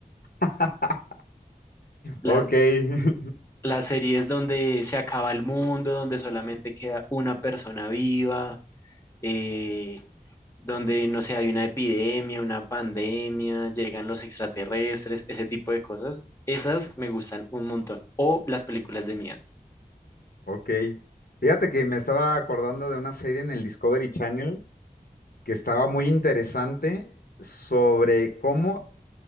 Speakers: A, on the left; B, on the left.
A: <laughs>
B: Las,
A: Ok, <laughs>
B: las series donde se acaba el mundo, donde solamente queda una persona viva, eh, donde, no sé, hay una epidemia, una pandemia, llegan los extraterrestres, ese tipo de cosas, esas me gustan un montón. O las películas de miedo.
A: ok. Fíjate que me estaba acordando de una serie en el Discovery Channel que estaba muy interesante sobre cómo